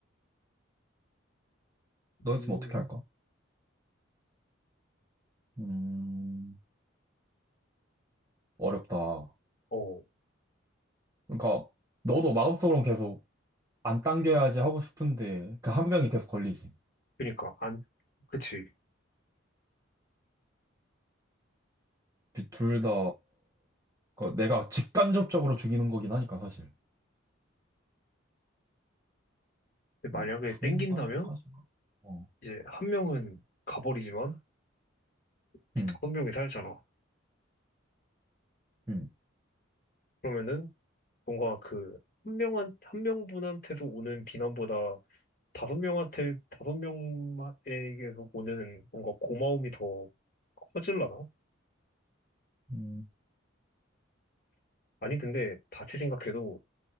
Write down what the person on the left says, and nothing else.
음,
어,
그니까, 안, 그치.
근데
만약에
땡긴다면,
이제 한 명은 가버리지만, 다섯
명이 살잖아.
그러면은, 뭔가 그, 한 명한, 한 명분한테서 오는 비난보다, 다섯 명한테, 다섯 명에게서 오는 뭔가 고마움이 더 커질라나?
아니, 근데, 다시 생각해도,